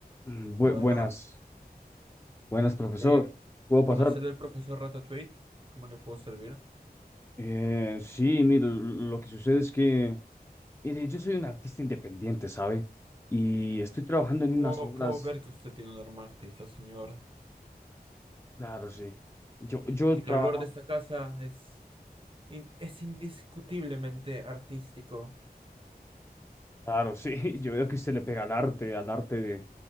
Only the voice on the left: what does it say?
Mm, bu-
buenas, buenas, profesor.
¿Puedo
pasar?
Eh, sí, mire, l- lo que sucede es que, mire, yo soy un artista independiente, ¿sabe? Y estoy trabajando en
unas obras,
claro, sí. Yo, yo
trabajo,
claro, sí. <laughs> Yo veo que usted le pega al arte, al arte de,